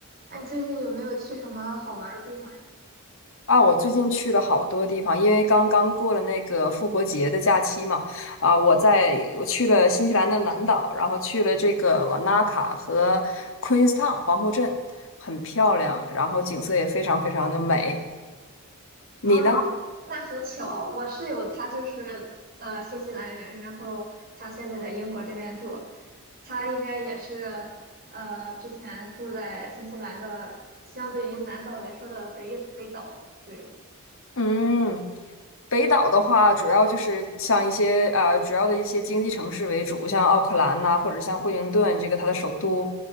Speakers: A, on the right; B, on the left.
A: 哎，你最近有没有去什么好玩儿的地方呀？
B: 啊，我最近去了好多地方，因为刚刚过了那个复活节的假期嘛，啊，我在我去了新西兰的南岛，然后去了这个瓦纳卡和 Queenstown 皇后镇，很漂亮，然后景色也非常非常的美。你呢？
A: 啊，那很巧，我室友他就是呃新西兰人，然后他现在在英国这边住，他应该也是呃之前住在新西兰的相对于南岛来说的北北岛，对。
B: 嗯，北岛的话，主要就是像一些呃主要的一些经济城市为主，像奥克兰呐、或者像惠灵顿这个它的首都。